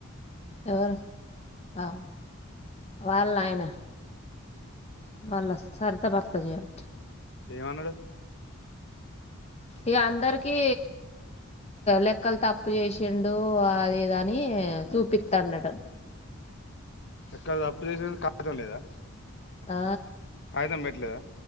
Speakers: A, on the left (about 30°); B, on the left (about 55°).
A: ఎవరు బావ వాళ్ళ ఆయన వాల్ సరిత భర్త చేయ పట్
B: ఏమన్నాడు
A: ఇక అందరికి లెక్కలు తప్పు చేసిండు అది ఇది అని చూపిస్తాండట
B: ఎక్కడ తప్పు చేసినకు కాం లేదా
A: ఆ
B: కాయితం పెట్టట్లేదా